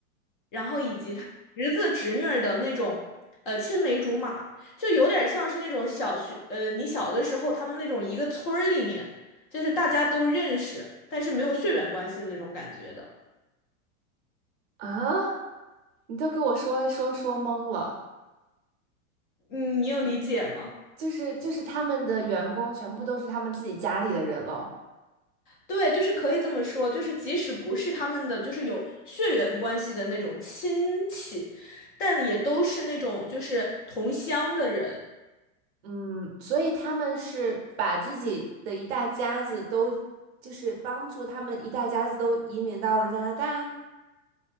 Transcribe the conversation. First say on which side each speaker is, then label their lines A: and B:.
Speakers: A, on the left; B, on the right.
A: 然后以及她侄子、侄女儿的那种呃青梅竹马，就有点像是那种小学呃，你小的时候他们那种一个村儿里面，就是大家都认识，但是没有血缘关系的那种感觉的。
B: 啊！你都给我说说说懵了，
A: 嗯，你有理解吗？
B: 就是就是他们的员工全部都是他们自己家里的人喽。
A: 对，就是可以这么说，就是即使不是他们的，就是有血缘关系的那种亲戚，但也都是那种就是同乡的人。
B: 嗯，所以他们是把自己的一大家子都，就是帮助他们一大家子都移民到了加拿大，